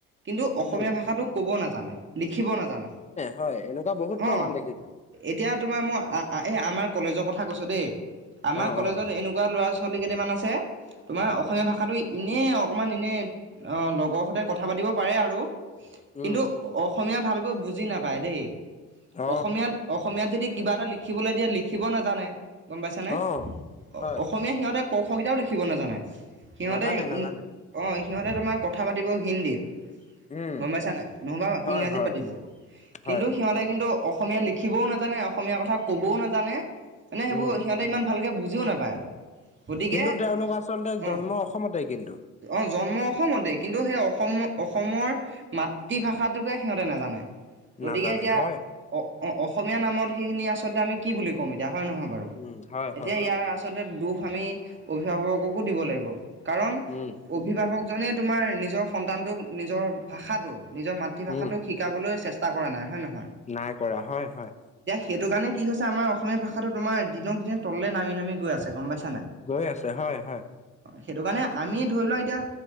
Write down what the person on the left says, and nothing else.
উম।
হয় এনেকুৱা বহুত প্ৰমাণ
দেখিছো
অ
অ
উম।
অ
অ হয়
নাজানে নাজানে
উম
হয়
হয়
হয়
উম।
কিন্তু তেওঁলোক আচলতে জন্ম
অসমতে কিন্তু
নাজানে
হয়।
উম, হয়,
হয়,
উম,
উম,
নাই কৰা হয়, হয়।
গৈ আছে হয়, হয়।